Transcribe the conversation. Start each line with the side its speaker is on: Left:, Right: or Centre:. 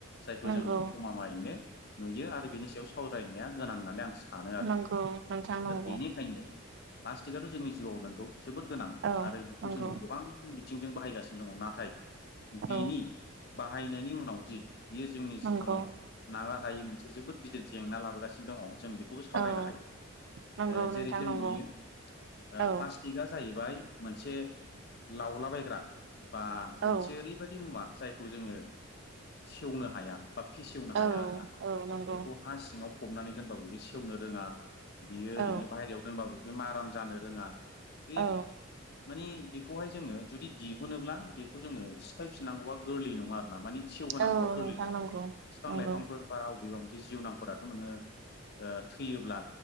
Left: जायखौ
Right: नंगौ
Left: जोङो गमामायैनो नुयो आरो बिनि सायाव सावरायनाया गोनां होननानै आं सा सानो आरो
Right: नंगौ नोंथां नंगौ
Left: दा बेनिखायनो प्लास्टिकआथ जोंनि जिउआव नंगौ जोबोद गोनां
Right: औ
Left: आरो बेखौ
Right: नंगौ
Left: जोङो गोबां बि बिथिंजों बाहायगासिनो दङ नाथाय बिनि
Right: औ
Left: बाहायनायनि उनाव बियो जोंनि जिबनाव
Right: नंगौ
Left: नागार हायै मोनसे जोबोद गिदिर जेंना लाबोगासिनो दङ। जों बेखौबो सावरायनो
Right: औ
Left: हायो
Right: नंगौ
Left: ओ जेरै
Right: नोंथां
Left: जों
Right: नंगौ
Left: नुयो
Right: औ
Left: ओ प्लास्टिकआ जाहैबाय मोनसे लावलाबायग्रा बा
Right: औ
Left: मोनसे ओरैबायदि मुवा जायखौ जोङो सेवनो हाया बा फिसेवनो
Right: औ
Left: हाया आरोना
Right: औ नंगौ
Left: बेखौ हा सिङाव फबनानै दोनबाबो उदै सेवनो रोङा बियो
Right: औ
Left: ओरैनो बाहेरायाव दोनबाबो बि माराम जानो रोङा बे
Right: औ
Left: मानि बेखौहाय जोङो जुदि दिहुनोब्ला बेखौ जोङो सिफायफिननांगौआ गोरलै नङा। माबानि सेव होनांगौ
Right: औ
Left: आगोरलै
Right: नोंथां
Left: नङा
Right: नंगौ
Left: बिफां
Right: नंगौ
Left: लाइफांफोर बा वबेबा जिउनांफोरा थ नोङो ओ थैयोब्ला